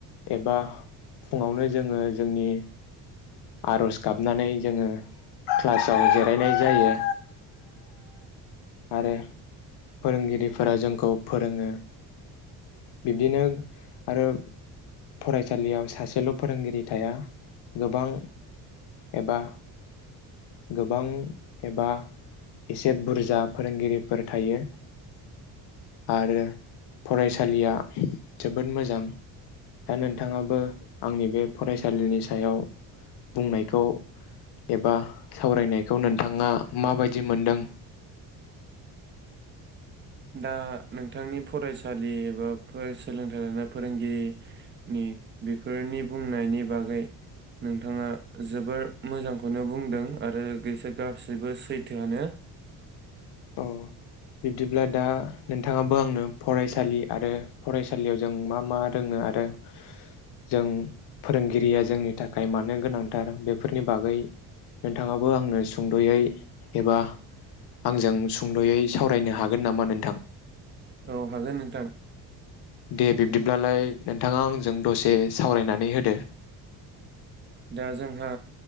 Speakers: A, on the left (about 65°); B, on the right (about 25°).
A: एबा फुङावनो जोङो जोंनि आर'ज गाबनानै जोङो क्लासाव जिरायनाय जायो। आरो फोरोंगिरिफोरा जोंखौ फोरोङो बिब्दिनो आरो फरायसालियाव सासेल' फोरोंगिरि थाया गोबां एबा गोबां एबा एसे बुरजा फोरोंगिरिफोर थायो आरो फरायसालिया जोबोद मोजां दा नोंथाङाबो आंनि बे फरायसालिनि सायाव बुंनायखौ एबा सावरायनायखौ नोंथाङा माबायदि मोनदों?
B: दा नोंथांनि फरायसालि एबा फार्स सोलोंथाइ लानाय फोरोंगिरिनि बेफोरनि बुंनायनि बागै नोंथाङा जोबोर मोजांखौनो बुंदों आरो बेसोर गासैबो सैथोआनो।
A: अ बिब्दिब्ला दा नोंथाङाबो आंनो फरायसालि आरो फरायसालियाव जों मा मा रोङो आरो जों फोरोंगिरिया जोंनि थाखाय मानो गोनांथार बेफोरनि बागै नोंथाङाबो आंनो सुंद'यै एबा आंजों सुंद'यै सावरायनो हागोन नामा नोंथां?
B: औ हागोन नोंथां।
A: दे बिब्दिब्लालाय नोंथाङा आंजों दसे सावरायनानै होदो।
B: दा जोंहा